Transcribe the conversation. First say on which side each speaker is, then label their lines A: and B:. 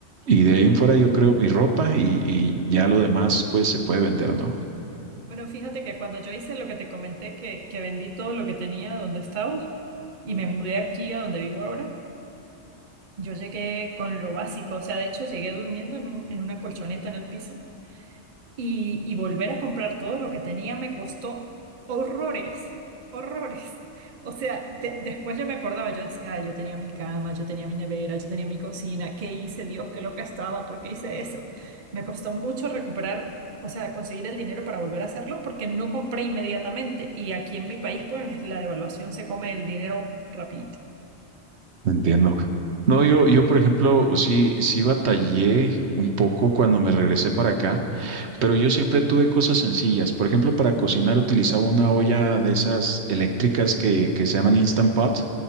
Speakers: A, on the right; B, on the right.
A: y de ahí en fuera yo creo mi ropa y, y ya lo demás pues se puede vender, ¿no?
B: Bueno, fíjate que cuando yo hice lo que te comenté, que, que vendí todo lo que tenía donde estaba y me mudé aquí a donde vivo ahora. Yo llegué con lo básico, o sea, de hecho llegué durmiendo en un- en una colchoneta en el piso y, y volver a comprar todo lo que tenía me costó horrores, horrores. O sea, de- después yo me acordaba, yo decía, ah yo tenía mi cama, yo tenía mi nevera, yo tenía mi cocina, ¿qué hice, Dios, qué loca estaba, por qué hice eso? Me costó mucho recuperar, o sea, conseguir el dinero para volver a hacerlo porque no compré inmediatamente y aquí en mi país, pues la devaluación se come el dinero rapidito.
A: Entiendo. No, yo, yo, por ejemplo, sí, sí batallé un poco cuando me regresé para acá, pero yo siempre tuve cosas sencillas. Por ejemplo, para cocinar utilizaba una olla de esas eléctricas que, que se llaman Instant Pot.